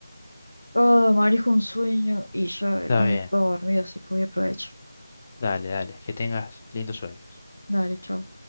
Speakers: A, on the left; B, on the left.
A: ah, me manejo un sueño y ya
B: Está
A: el nene
B: bien.
A: está dormido, así que voy a aprovechar.
B: Dale, dale. Que tengas lindos sueños.
A: Dale, chao.